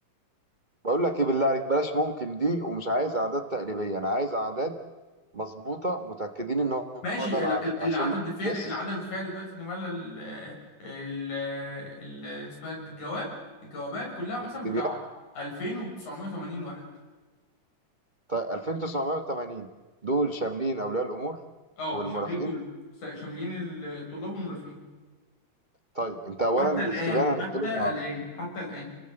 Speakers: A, on the right; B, on the left.
A: بقول لك إيه بالله عليك بلاش ممكن دي ومش عايز أعداد تقريبية أنا عايز أعداد مظبوطة متأكدين إن هو
B: ماشي
A: ده العدد
B: ال- ال-
A: عشان
B: العدد
A: ما
B: الفعلي
A: بس
B: العدد الفعلي دلوقتي اللي مال ال ال ال- اسمها دي الجواب الجوابات كلها مثلا
A: تبيان
B: بتاع 2980 واحد
A: طيب 2980 دول شاملين أولياء الأمور
B: اه
A: والمرافقين
B: شاملين كله س- شاملين الطلاب والمرافقين
A: طيب أنت أولا
B: حتى
A: الاستبيان
B: الان
A: هنقفله
B: حتى
A: النهاردة
B: الان حتى الان